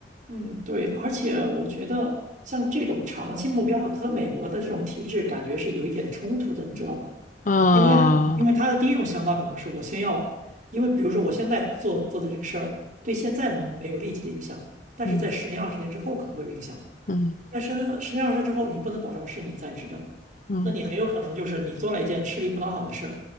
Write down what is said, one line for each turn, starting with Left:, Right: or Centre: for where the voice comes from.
Right: 嗯，对，而且我觉得像这种长期目标和美国的这种体制感觉是有一点冲突的，你知道吗？
Left: 啊，
Right: 因为很，因为他的第一种想法可能是我先要，因为比如说我现在做做的这个事儿，对现在没有立即的影响，但是在十年、
Left: 嗯
Right: 二十年之后可能会有影响。
Left: 嗯
Right: 但是呢，十年二十之后，你不能保证是你在执政，
Left: 嗯
Right: 那你很有可能就是你做了一件吃力不讨好的事儿，